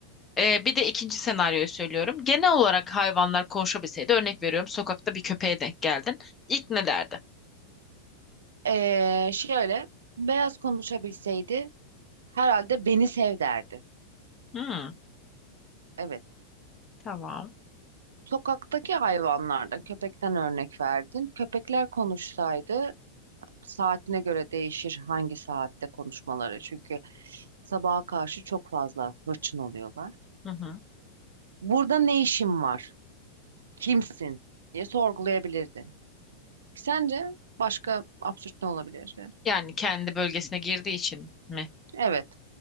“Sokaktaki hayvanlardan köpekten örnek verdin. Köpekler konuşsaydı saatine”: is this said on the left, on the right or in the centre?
Right